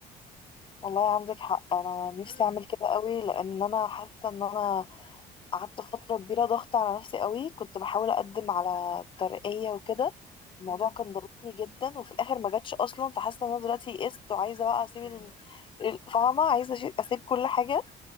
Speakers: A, on the left; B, on the left.
A: والله عندك حق انا نفسي
B: امم
A: اعمل كده قوي لان انا حاسه ان انا قعدت فترة كبيرة ضغط على نفسي قوي كنت بحاول أقدم على ترقية وكده الموضوع
B: امم
A: كان ضاغطني جدا وفي الآخر ما جاتش أصلا فحاسة إن أنا دلوقتي يئست وعايزة بقى أسيب
B: لا
A: ال-
B: لا
A: ال- فاهمة عايزة أشي- أسيب كل حاجة